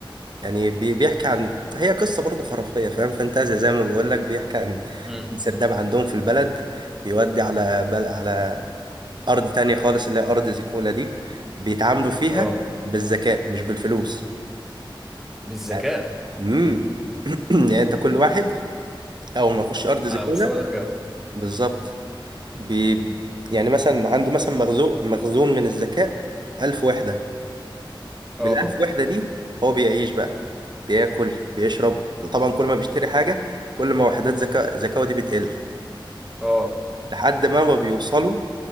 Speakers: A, on the right (about 55°); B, in the centre.
A: يعني بي- بيحكي عن هي قصة برضه خرافية فاهم فانتازيا زي ما بقول لك بيحكي عن
B: امم
A: عن سرداب عندهم في البلد بيودي على بل... على أرض تانية خالص اللي هي أرض زيكولا دي بيتعاملوا فيها
B: اه
A: بالذكاء مش بالفلوس
B: بالذكاء
A: يعني امم
B: امم
A: <clears throat> يعني انت كل واحد أول ما يخش أرض زيكولا
B: على مستوى الذكاء
A: بالظبط بي... يعني مثلا عنده مثلا مخزون مخزون من الذكاء ألف وحدة بالألف
B: اه
A: وحدة دي هو بيعيش بقى بياكل بيشرب وطبعا كل ما بيشتري حاجة كل ما وحدات ذكاء ذكائه دي بتقل
B: اه
A: لحد ما ما بيوصلوا